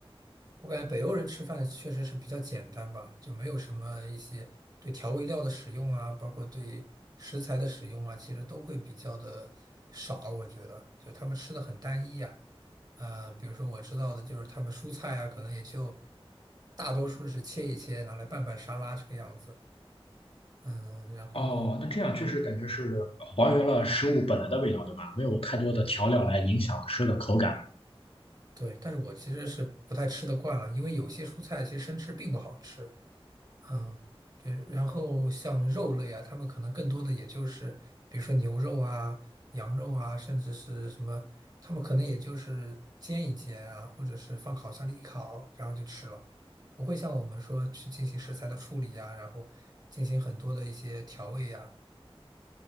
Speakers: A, on the right; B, on the left.
A: 我感觉北欧人吃饭确实是比较简单吧，就没有什么一些对调味料的使用啊，包括对食材的使用啊，其实都会比较的少。我觉得，就他们吃的很单一呀。啊，比如说我知道的就是他们蔬菜啊，可能也就大多数是切一切，拿来拌拌沙拉这个样子。嗯，然后
B: 哦，那这样确实感觉是还原了食物本来的味道，对吧？没有太多的调料来影响吃的口感。
A: 对，但是我其实是不太吃得惯了，因为有些蔬菜其实生吃并不好吃。嗯，对，然后像肉类啊，他们可能更多的也就是，比如说牛肉啊、羊肉啊，甚至是什么，他们可能也就是煎一煎啊，或者是放烤箱里一烤，然后就吃了，不会像我们说去进行食材的处理呀、然后进行很多的一些调味呀、